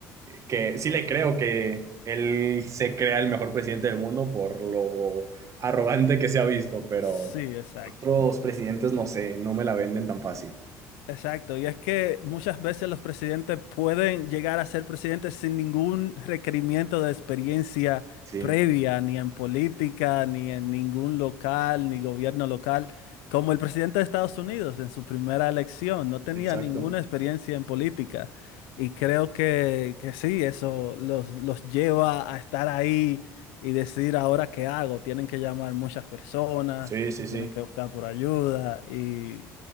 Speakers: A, on the right (about 45°); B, on the left (about 85°).
A: que sí le creo que él se crea el mejor presidente del mundo por lo arrogante que se ha visto, pero
B: Sí, exacto.
A: otros presidentes no sé, no me la venden tan fácil.
B: Exacto, y es que muchas veces los presidentes pueden llegar a ser presidentes sin ningún requerimiento de experiencia
A: Sí,
B: previa, ni en política, ni en ningún local, ni gobierno local, como el presidente de Estados Unidos en su primera elección, no tenía
A: exacto.
B: ninguna experiencia en política. Y creo que, que sí, eso los, los lleva a estar ahí y decir ahora qué hago. Tienen que llamar muchas personas,
A: Sí, sí, sí.
B: tienen que buscar por ayuda y